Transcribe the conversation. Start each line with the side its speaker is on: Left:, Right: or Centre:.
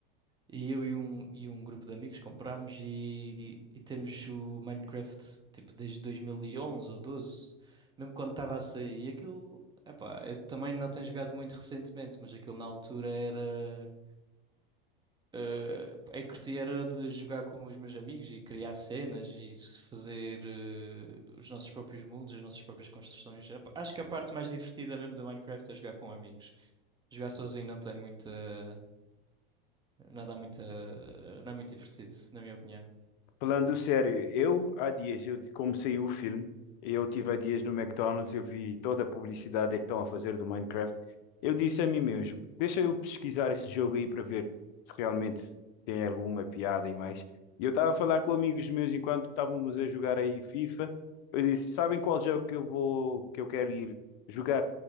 Right: E eu e um, e um grupo de amigos comprámos e, e temos o Minecraft tipo desde 2011 ou 12, mesmo quando estava a sair. E aquilo, epá, eu também não tenho jogado muito recentemente, mas aquilo na altura era. eh, a curti era de jogar com os meus amigos e criar cenas e se fazer eh, os nossos próprios mundos, as nossas próprias construções. Epá, acho que a parte mais divertida mesmo do Minecraft é jogar com amigos. Jogar sozinho não tem muita. Não dá muita, não é muito divertido, na minha opinião.
Left: Falando sério, eu há dias, eu, como saiu o filme, eu tive há dias no McDonald's, eu vi toda a publicidade é que estão a fazer do Minecraft. Eu disse a mim mesmo, deixa eu pesquisar esse jogo aí para ver se realmente tem alguma piada e mais. E eu estava a falar com amigos meus enquanto estávamos a jogar aí FIFA. Eu disse, sabem qual jogo que eu vou, que eu quero ir jogar?